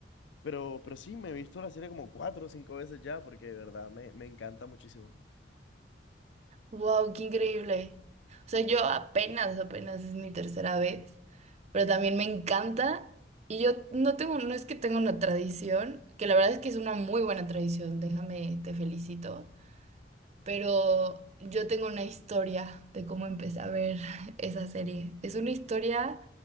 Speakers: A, on the left (about 80°); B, on the right (about 40°).
A: Pero, pero sí, me he visto la serie como cuatro o cinco veces ya porque de verdad me, me encanta muchísimo.
B: Wow, qué increíble. O sea, yo apenas, apenas es mi tercera vez, pero también me encanta y yo no tengo, no es que tenga una tradición, que la verdad es que es una muy buena tradición, déjame, te felicito. pero yo tengo una historia de cómo empecé a ver <laughs> esa serie. Es una historia